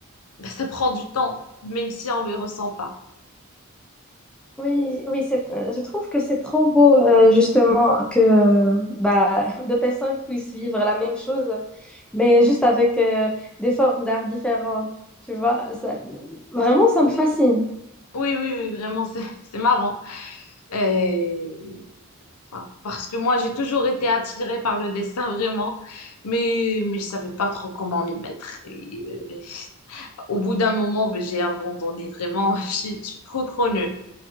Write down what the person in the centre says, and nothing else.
Oui, oui, c'est, euh, je trouve que c'est trop beau euh, justement que euh, bah, <laughs> deux personnes puissent vivre la même chose, mais juste avec euh, des formes d'art différentes, tu vois. Ça, vraiment, ça me fascine.